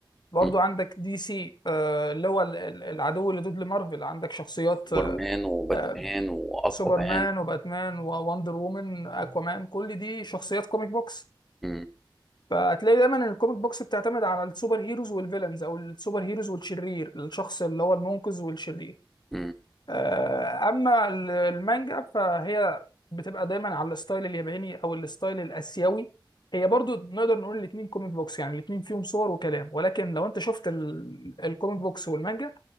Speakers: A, on the left; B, in the centre.
A: برضو
B: م.
A: عندك دي سي آه، اللي هو ال- ال- العدو اللدود لمارفل عندك شخصيات
B: سوبرمان وباتمان
A: آه،
B: واكوامان
A: سوبرمان وباتمان ووندر وومن اكوامان كل دي شخصيات كوميك بوكس
B: م-
A: فهتلاقي دايما إن الكوميك بوكس بتعتمد على السوبر هيروز والفيلنز او السوبر هيروز والشرير الشخص اللي هو المنقذ والشرير
B: م.
A: آه، اما ال- المانجا فهي بتبقى دايما على الستايل الياباني او الستايل الاسيوي هي برضو نقدر نقول الاتنين كوميك بوكس يعني الاتنين فيهم صور وكلام ولكن لو انت شفت ال- الكوميك بوكس والمانجا